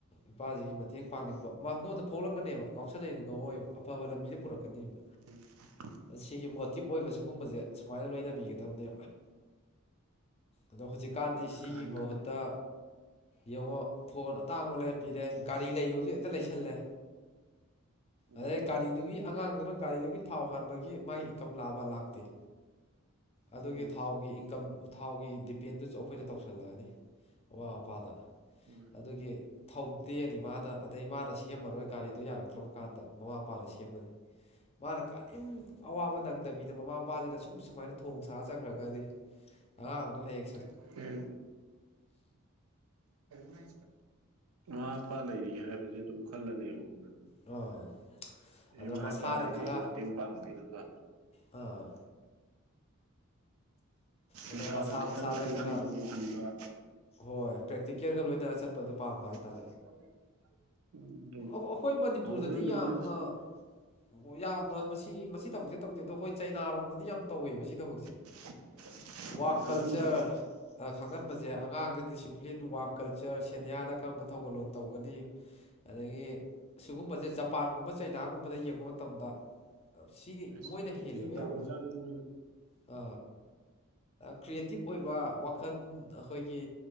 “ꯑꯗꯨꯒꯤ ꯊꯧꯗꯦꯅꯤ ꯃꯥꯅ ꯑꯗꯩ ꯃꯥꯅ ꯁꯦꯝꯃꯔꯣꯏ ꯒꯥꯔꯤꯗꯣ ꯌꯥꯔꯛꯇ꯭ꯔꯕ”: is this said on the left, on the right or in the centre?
Left